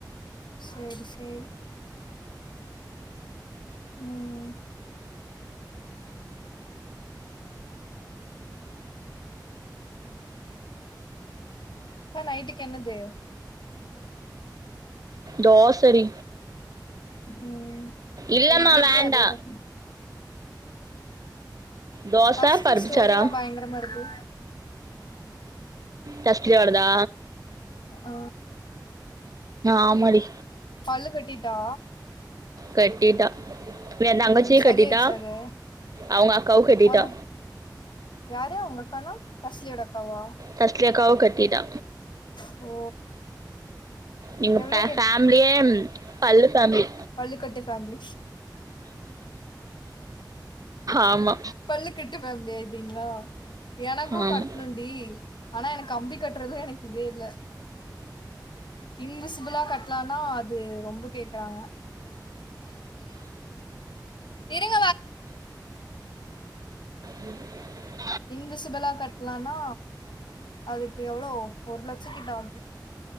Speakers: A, on the left; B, on the right.
A: செரி செரி ம் இப்ப நைட்டுக்கு என்னது
B: தோச டி
A: ம்
B: இல்லமா
A: எங்க வீட்லயு
B: வேண்டா
A: அதேதா
B: தோச
A: ஃஸ்டி
B: பருப்புச்சாரா
A: ஸ்டோரில பயங்கரமா இருக்கு
B: டஸ்டியோடதா
A: ஆ
B: ஆமாடி
A: பல்லு கட்டிட்டா
B: கட்டிட்டா ஏன் தங்கட்சியு
A: ம் சரியாயிடுச்சு
B: கட்டிட்டா
A: அது
B: அவுங்க அக்காவு கட்டிட்டா
A: ஓன யாரு அவுங்க அக்கான்னா தஸ்லியோட அக்காவா
B: தஸ்லி அக்காவு கட்டிடா
A: ஓ
B: நீங்க
A: எவ்ளோ
B: பே ஃபேமிலியே பல்லு ஃபேமிலி
A: பள்ளிக்கட்டு ஃவேமிலி
B: ஆமா
A: பல்லு கட்டு ஃபோமிலி ஆயிட்டிங்ளா எனக்கு
B: ஆமா
A: கட்ணுன் டி ஆனா எனக் கம்பி கட்றதுல எனக்கு இதே இல்ல இன்விசிபிளா கட்லானா அது ரொம்ப கேக்கறாங்க இருங்
B: உம்
A: இன்விசிபளா கட்டலானா அதுக்கு எவ்ளோ ஒரு லட்ச கிட்ட ஆகு